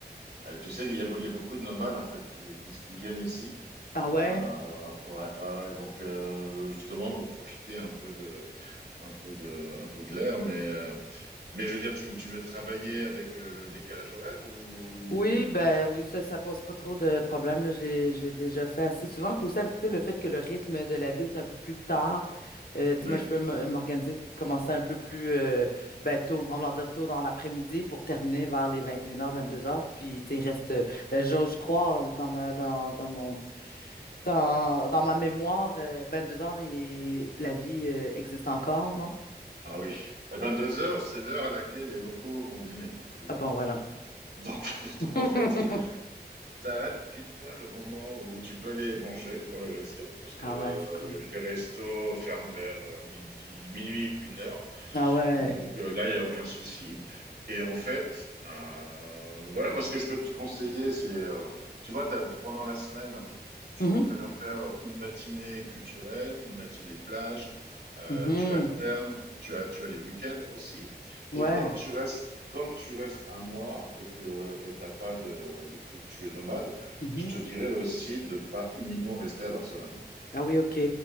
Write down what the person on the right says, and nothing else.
Euh, tu sais, il y a, il y a beaucoup de nomades, en fait, qui, qui, qui viennent ici.
Euh,
ouais, ouais, ouais. Donc, euh, justement, pour profiter un peu de, un peu de, un peu de l'air. Mais, euh, mais je veux dire, tu, tu veux travailler avec euh, le décalage horaire ou...
Ouais.
Ah oui. À 22 heures, c'est l'heure à laquelle les locaux vont dîner, tu vois.
Donc, <laughs>
donc en fait, T'arrêtes pile poil au moment où tu peux aller manger dans les restos, parce que
euh,
les restos ferment vers euh, midi, minuit, une heure.
Donc euh, là, il n'y a aucun souci. Et en fait, euh, voilà, moi, ce que je peux te conseiller, c'est, euh, tu vois, t'as- pendant la semaine, tu
peux très bien faire une matinée culturelle, une matinée plage, euh,
tu alternes, tu as, tu as les week-ends aussi.
Et comme tu restes, comme tu restes un mois et que et t'as pas de, vu que tu, tu es nomade,
je te dirais aussi de pas uniquement rester à Barcelone.